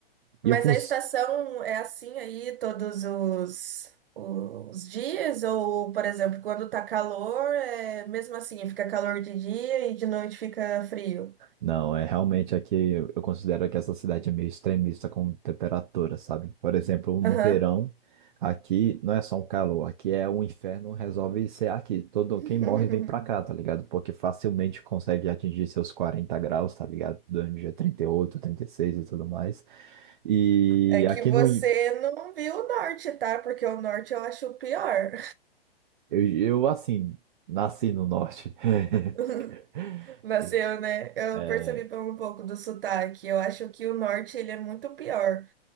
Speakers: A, on the right; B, on the right.
A: E
B: Mas
A: eu fun-
B: a estação é assim aí todos os, os dias? Ou, por exemplo, quando tá calor, é mesmo assim, fica calor de dia e de noite fica frio?
A: Não, é realmente aqui eu eu considero que essa cidade é meio extremista com temperatura, sabe? Por exemplo, no
B: Aham.
A: verão, aqui não é só um calor, aqui é um inferno, resolve ser aqui. Todo
B: <laughs>
A: quem morre vem pra cá, tá ligado? Porque facilmente consegue atingir seus 40 graus, tá ligado? Durante o dia 38, 36 e seis e tudo mais. E
B: É que
A: aqui
B: você
A: no. in-
B: não viu o norte, tá? Porque o norte eu acho o pior.
A: Eu, eu assim, nasci no norte. <laughs>
B: <laughs> Nasceu,
A: E,
B: né? Eu
A: é,
B: percebi pelo um pouco do sotaque. Eu acho que o norte ele é muito pior.